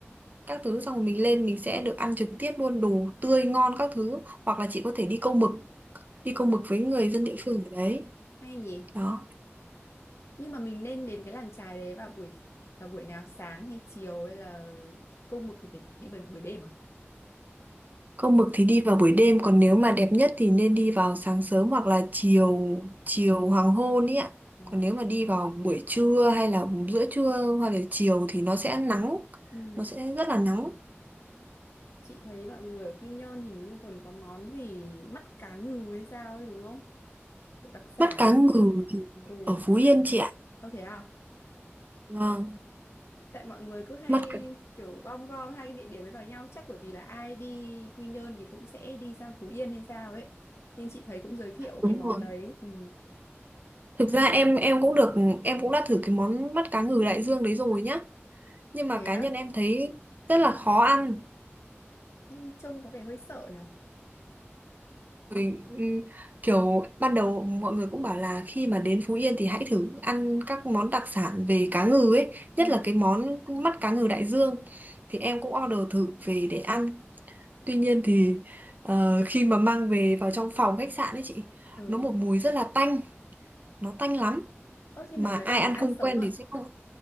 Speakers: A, on the right (about 40°); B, on the left (about 75°).
A: các thứ xong rồi mình lên mình sẽ được ăn trực tiếp luôn đồ tươi ngon các thứ hoặc là chị có thể đi câu mực đi
B: Ờ
A: câu mực với người dân địa phương ở đấy
B: hay nhỉ?
A: đó
B: nhưng mà mình nên đến cái làng chài đấy vào buổi vào buổi nào sáng hay chiều hay là câu mực thì phải đi buổi, buổi đêm à
A: câu mực thì đi vào buổi đêm còn nếu mà đẹp nhất thì nên đi vào sáng sớm hoặc là chiều chiều hoàng hôn ý ạ
B: Ờ,
A: còn nếu mà đi vào buổi trưa hay là giữa trưa hoặc là chiều thì nó sẽ nắng
B: ừ.
A: nó sẽ rất là nắng
B: chị thấy mọi người ở Quy Nhơn hình như còn có món gì mắt cá ngừ hay sao ấy đúng không Kiểu đặc sản
A: mắt cá
B: ấy
A: ngừ thì
B: ừ
A: ở Phú Yên chị ạ
B: ô thế à
A: vâng
B: tại mọi người cứ hay
A: mắt cá
B: kiểu gom gom hai cái địa điểm ấy vào nhau chắc bởi vì là ai đi Quy Nhơn thì cũng sẽ đi sang Phú Yên hay sao ấy nên chị thấy cũng giới thiệu
A: đúng
B: cái món
A: rồi
B: đấy ừ.
A: Thực ra em em cũng được em cũng đã thử cái món mắt cá ngừ đại dương đấy rồi nhá nhưng mà
B: thế
A: cá
B: á
A: nhân em thấy rất là khó ăn
B: nhưng trông có vẻ hơi sợ nhở
A: Rồi, ừm, kiểu ban đầu mọi người cũng bảo là khi mà đến Phú Yên thì hãy thử ăn các món đặc sản về cá ngừ ấy nhất
B: ừ
A: là cái món mắt cá ngừ đại dương thì em cũng order thử về để ăn tuy nhiên thì ờ, khi mà mang về vào trong phòng khách sạn ấy chị
B: ừ
A: nó một mùi rất là tanh nó tanh lắm
B: Ơ thế
A: mà
B: món đấy
A: ai
B: là mình
A: ăn
B: ăn
A: không
B: sống
A: quen
B: à?
A: thì sẽ không